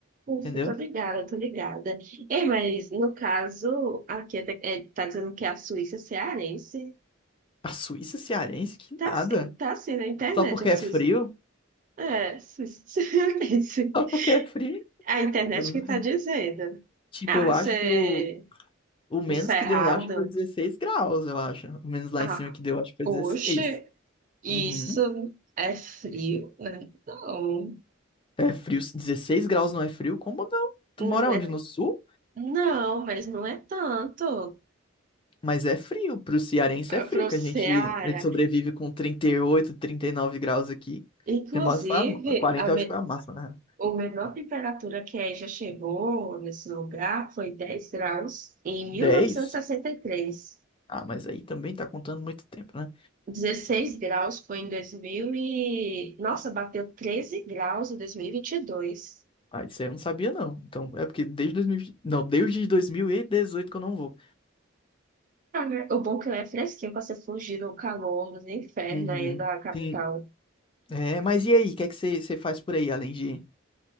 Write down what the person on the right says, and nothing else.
Ufa,
eu tô ligada, eu tô ligada. Ei, mas no caso, aqui é, é, tá dizendo que a Suíça é cearense.
Tá,
assim- tá assim na internet,
a Suíça.
É, Suíça é cearense.
<laughs>
A internet
que tá dizendo.
Ah,
você
encerrado.
Ah,
oxe.
Isso
é frio, né? Não,
não
é,
não, mas não é tanto
para
o
Ceará.
Inclusive,
a,
me,
a menor temperatura que aí já chegou nesse lugar foi 10 graus em
mil novecentos e e sessenta e três.
Dezesseis graus foi em 2000 e... Nossa, bateu 13 graus em 2022.
Ah, né? O bom é que lá é fresquinho para você fugir do calor, do inferno
aí da capital.